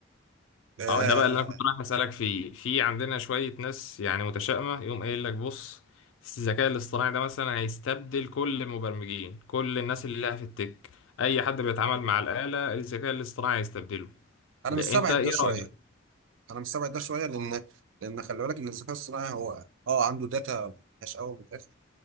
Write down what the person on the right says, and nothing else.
آه
انا
مستبعد
ده شويه
انا مستبعد ده شويه لان لان خلي بالك ان الذكاء الصناعي هو اه عنده داتا مش قوي من الاخر